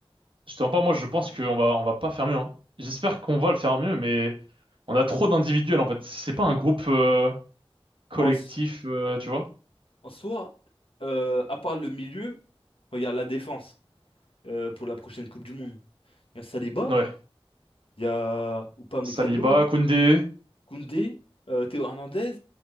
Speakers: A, on the right; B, on the left.
A: Je te mens pas, moi, je pense qu'on va, on va pas faire mieux, hein. J'espère qu'on va le faire mieux, mais on a trop d'individuels, en fait. C'est pas un groupe, euh, collectif,
B: En, s-
A: euh, tu vois?
B: en soi, euh, à part le milieu, regarde la défense euh, pour la prochaine Coupe du Monde. Il y a Saliba,
A: Ouais.
B: il y a Upamecano,
A: Saliba, Koundé,
B: Koundé, euh, Théo Hernandez.